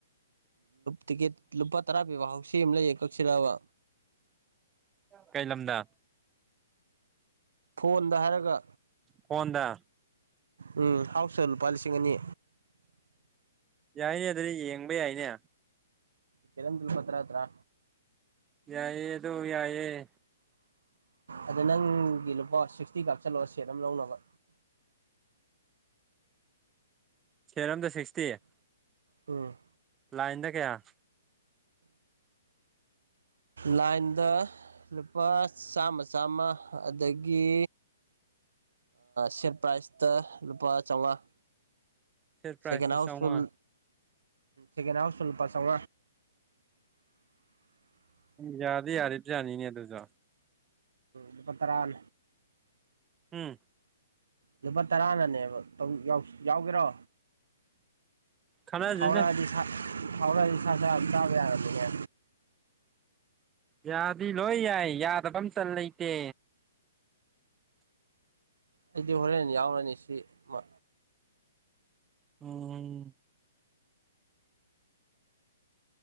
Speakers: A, on the right (about 80°); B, on the right (about 15°).
A: ꯇꯤꯛꯀꯦꯠ ꯂꯨꯄꯥ ꯇꯔꯥ ꯄꯤꯕ ꯍꯧꯥꯎꯁꯤ ꯑꯃ ꯂꯩꯌꯦ ꯀꯛꯁꯤꯂꯕ
B: ꯀꯩ ꯂꯝꯗ
A: ꯐꯣꯟꯗ ꯍꯥꯏꯔꯒ
B: ꯀꯣꯟꯗ
A: ꯎꯝ ꯍꯥꯎꯁ ꯂꯨꯄꯥ ꯂꯤꯁꯤꯡ ꯑꯅꯤ
B: ꯌꯥꯏꯅꯦ ꯑꯗꯨꯗꯤ ꯌꯦꯡꯕ ꯌꯥꯏꯅꯦ
A: ꯀꯟ ꯇꯜ ꯄꯄꯠꯇ ꯍꯥ
B: ꯌꯥꯏꯑꯌꯦ ꯑꯗꯨꯣ ꯌꯥꯏꯑꯌꯦ
A: ꯑꯗ ꯅꯪꯒꯤ ꯂꯨꯄꯥ ꯁꯤꯛꯁꯇꯤ ꯀꯥꯞ ꯆꯜꯂꯛ ꯁꯦꯠ ꯑꯃ ꯂꯧꯅꯕ
B: ꯁꯦꯔꯝꯗ ꯁꯤꯛꯁꯇꯤꯦ
A: ꯎꯝ
B: ꯂꯥꯏꯟꯗ ꯀꯌꯥ
A: ꯂꯥꯏꯟꯗ ꯂꯨꯄꯥ ꯆꯥꯝꯃ ꯆꯥꯝꯃ ꯑꯗꯒꯤ ꯁꯦꯠ ꯄ꯭ꯔꯥꯏꯖꯇ ꯂꯨꯄꯥ ꯆꯥꯃꯉꯥ
B: ꯁꯦꯠ ꯄ꯭ꯔꯥꯏꯖꯇ
A: ꯁꯦꯀꯦꯟ ꯍꯥꯎꯁ
B: ꯆꯥꯝꯃꯉꯥ
A: ꯐꯜ ꯁꯀ ꯍꯥꯎꯁꯜ ꯄꯁꯥꯎ
B: ꯌꯥꯥꯗ ꯌꯥꯔ ꯄꯥꯅꯤꯅꯦ ꯑꯗꯨꯗ
A: ꯂ ꯄ ꯇꯔꯥꯜ
B: ꯎꯝ
A: ꯂꯨꯄꯥ ꯇꯔꯥꯅꯅꯦꯕ ꯌꯥꯎꯒꯦꯔꯣ
B: ꯈꯟꯅꯁꯤꯁꯦ
A: ꯍꯧꯥꯎꯔꯛꯑꯗꯤ ꯍꯧꯥꯎꯔꯛꯑꯗꯤ ꯁꯥꯖ ꯑꯗꯨꯝ ꯆꯥꯕ ꯌꯥꯔꯝꯅꯤꯅꯦ
B: ꯌꯥꯗꯤ ꯂꯣꯏ ꯌꯥꯏ ꯌꯥꯗꯕ ꯑꯃ ꯆꯟ ꯂꯩꯇꯦ
A: ꯑꯩꯗꯤ ꯍꯣꯔꯦꯟ ꯌꯥꯎꯔꯅꯤ ꯁꯤ ꯃ
B: ꯎꯝ